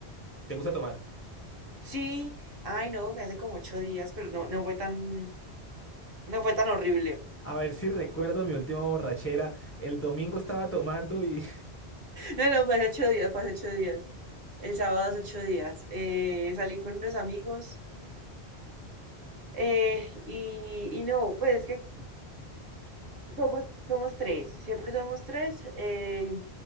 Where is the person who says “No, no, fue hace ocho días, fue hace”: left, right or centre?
Right